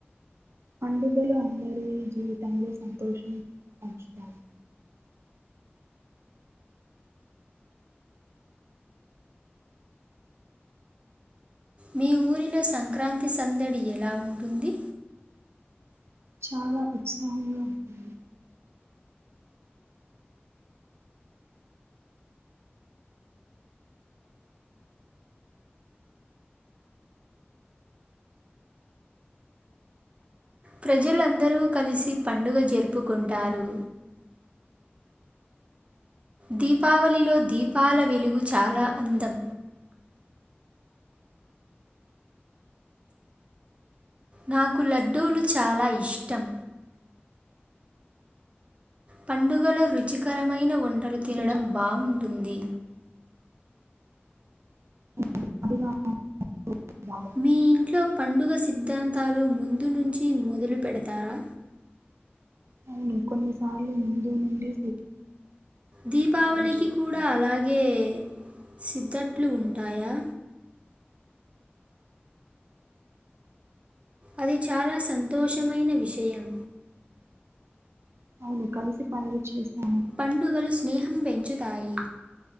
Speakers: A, on the right (about 85°); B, on the right (about 30°).
A: పండుగలు అందరిూ జీవితంలో సంతోషం పంచుతారు
B: మీ ఊరిలో సంక్రాంతి సందడి ఎలా ఉంటుంది
A: చాలా ఉత్సాహంగా ఉంటయి
B: ప్రజలుందరూ కలిసి పండుగ జరుపుకుంటారు దీపావళిలో దీపాల వెలుగు చాలా అందం నాకు లడ్డూలు చాలా ఇష్టం పండుగలో రుచికరమైన వంటలు తినడం
A: ఇది
B: బావుంటుంది
A: <unintelligible> భాగం
B: మీ ఇంట్లో పండుగ సిద్ధాంతాలు ముందు నుంచి మొదలు పెడతారా
A: అవును కొన్ని సార్లు ముందు నుండి
B: దీపావళికి
A: సిద్ధం చేస్తాము
B: కూడా అలాగే సిద్ధట్లు ఉంటాయా అది చాలా సంతోషమైన విషయం
A: అవును కలిసి పడ వచ్చేస్తా
B: పండుగలు స్నేహం పెంచుతాయి